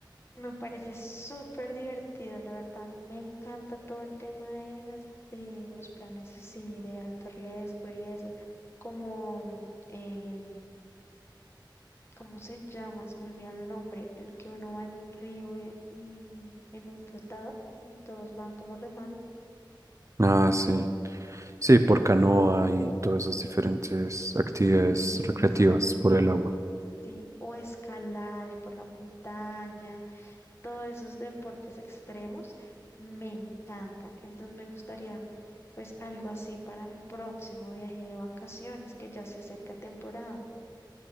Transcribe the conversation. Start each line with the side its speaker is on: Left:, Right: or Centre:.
Left: Me parece súper divertido, la verdad. A mí me encanta todo el tema de las, de los planes así de alto riesgo y eso, como em, eh, ¿Cómo se llama? Se me olvida el nombre, el que uno va en un río eh, y en un flotador y todos van como remando
Right: Ah, sí. Sí, por canoa y todas esas diferentes actividades
Left: y
Right: recreativas
Left: se sac-
Right: por el agua.
Left: sí, o escalar por la montaña, todos esos deportes extremos me encantan. Entonces me gustaría pues algo así para mi próximo viaje de vacaciones que ya se acerca temporada.